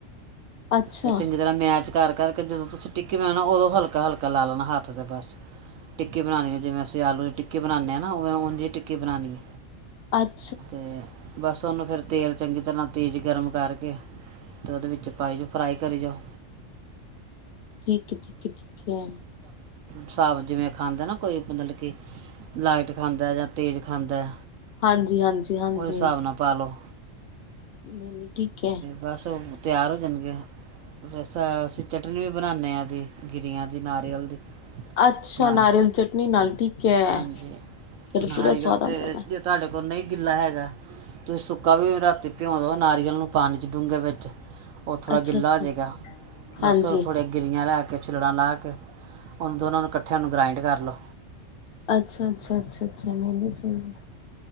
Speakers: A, on the left; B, on the right.
A: ਅੱਛਾ
B: ਤੇ ਚੰਗੀ ਤਰ੍ਹਾਂ ਮੈਸ਼ ਕਰ ਕਰਕੇ ਜਦੋਂ ਤੁਸੀਂ ਟਿੱਕੀ ਬਨਾਣਾ, ਉਦੋਂ ਹਲਕਾ, ਹਲਕਾ ਲਾ ਲੈਣਾ ਹੱਥ ਤੇ ਬਸ ਟਿੱਕੀ ਬਣਾ ਲੈਣੀ, ਜਿਵੇਂਂ ਅਸ ਤੇ ਆਲੂ ਦੇ ਟਿੱਕੀ ਬਣਾਉਦੇ ਆ ਨਾ, ਓਵੇਂ ਉਂਜ ਟਿੱਕੀ ਬਣਾਣੀ ਏ।
A: ਅੱਾ <unintelligible>
B: ਤੇ ਬਸ ਉਹਨੂੰ ਫਿਰ ਤੇਲ ਚੰਗੀ ਤਰ੍ਹਾਂ ਤੇਜ਼ ਗਰਮ ਕਰਕੇ ਅਤੇ ਉਹਦੇ ਵਿੱਚ ਪਾਈ ਜਾਓ, ਫਰਾਈ ਕਰੀ ਜਾਓ।
A: ਠੀਕ, ਠੀਕ, ਠੀਕ ਹੈ।
B: ਸਾਬ ਜਿਵੇਂ ਖਾਂਦਾ ਨਾ ਕੋਈ ਮਤਲਬ ਕਿ ਲਾਈਟ ਖਾਂਦਾ ਜਾਂ ਤੇਜ਼। ਖਾਂਦਾ ਏ
A: ਹਾਂਜੀ, ਹਾਂਜੀ। ਹਾਂਜੀ
B: ਉਹਦੇ ਹਿਸਾਬ ਨਾਲ ਪਾ ਲੋ।
A: ਨਹੀਂ, ਨਹੀਂ, ਠੀਕ ਹੈ।
B: ਬਸ ਉਹ ਤਿਆਰ ਹੋ ਜਾਣਗੇ, ਵੈਸੇ ਅਸੀਂ ਚਟਨੀ ਵੀ ਬਣਾਉਂਦੇ ਆਂ, ਜੀ ਗਿਰੀਆਂ ਦੀ ਨਾਰੀਅਲ ਦੀ
A: ਅੱਛਾ
B: ਨਾਲ
A: ਨਾਰੀਅਲ ਚਟਨੀ ਨਾਲ ਠੀਕ ਹੈ
B: ਹਾਂਜੀ
A: ਫਿਰ
B: ਨਾਰੀਅਲ
A: ਪੂਰਾ ਸਵਾਦ ਆਉਂਦਾ
B: ਤੇ
A: ਉਹ
B: ਜੇ ਤੁਹਾਡੇ ਕੋਲ ਨਹੀਂ ਗਿੱਲਾ ਹੈਗਾ ਤੁਸੀਂ ਸੁੱਕਾ ਵੀ ਰਾਤੀ ਭਿਆਉਂ ਦਿਓ ਨਾਰੀਅਲ ਨੂੰ ਪਾਣੀ 'ਚ ਡੂੰਘੇ ਵਿੱਚ ਉਹ ਥੋੜ੍ਹਾ
A: ਅੱਛਾ
B: ਗਿੱਲਾ
A: ਅੱਛਾ
B: ਜਗਾਾ ਬਸ
A: ਹਾਂਜੀ
B: ਉਹ ਥੋੜ੍ਹੇ ਗਿੱਰੀਆਂ ਵਾਲਾ ਕੇ ਛਿਲੜਾ ਲਾ ਕੇ ਉਹਨੂੰ ਦੋਨਾਂ ਨੂੰ ਇਕੱਠਿਆਂ ਉਹਨੂੰ ਗਰਾਾਇੰਡ ਕਰ ਲਉ
A: ਅੱਛਾ ਅੱਛਾ ਅੱਛਾ ਅੱਛਾ ਮੈਨੂੰ ਸਹੀ ਆ